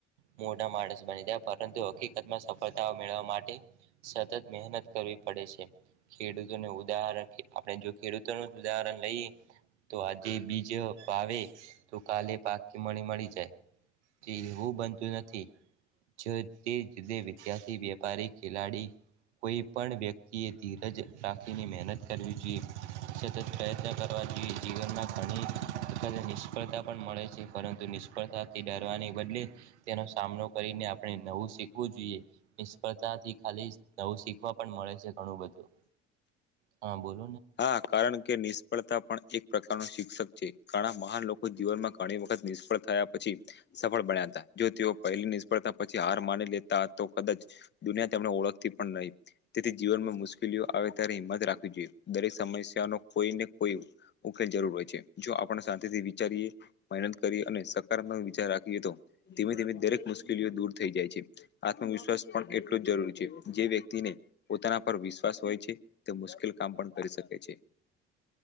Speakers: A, on the right; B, on the left.
A: મો માણસ બની જાય પરંતુ હકીકતમાં સફળતાઓ મેળવવા માટે. સતત મહેનત કરવી પડે છે. ખેડૂતોને ઉદાહરણ આપણે જો ખેડૂતોનું જ ઉદાહરણ લઈએ. તો આજે બીજ ભાવે તો કાલે પા મણી મળી જાય. જી હું બનતું નથી. જ તે જુ વિદ્યાર્થી વેપારી ખેલાડી. કોઈ પણ વ્યક્તિએ ધીરજ રાખીને મહેનત કરવી જોઈએ. સતત પ્રયત્ન કરવા જોઈએ જીવનમાં ઘણી. તો કા નિષ્ફળતા પણ મળે છે પરંતુ નિષ્ફળતા. ડરવા બદલે તેનો સામનો કરીને આપણે નવું શીખવું જોઈએ નિષ્ફળતાથી ા નવું શીખવા પણ મળે છેણું બું હા બોલ
B: હા કારણ કે નિષ્ફળતા પણ એક પ્રકાર શિક્ષક છે ઘણા મહાન લોકો જીવનમાં ઘણી વખત નિષ્ફળ થયા પછી સફળ બન્યા હતા જો પહેલી નિષ્ફળતા પછી હાર માની લેતા તો કદાચ દુનિયા તેમને ઓળખતી પણ નહી તેથી જીવનમાં મુશ્કેલીઓ આવે ત્યારે હિંમત રાખવી જોઈએ દરેક સમસ્યા ન કોઈ ને કોઈ ઉકેલ જરૂર હોય છે જો આપણે સાથેથી વિચારીએ કરી અને સકારાત્મક વિચાર રાખીએ તો ધીમે ધીમે દરેક મુશ્કેલીઓ દૂર થઈ જાય છે આત્મવશ ્વા પણ એટલો જરૂરી છે જે વ્યક્તિને પોતાના પર વિશ્વાસ હોય છે તે મુશ્કેલ કામ પણ કરી શકે છે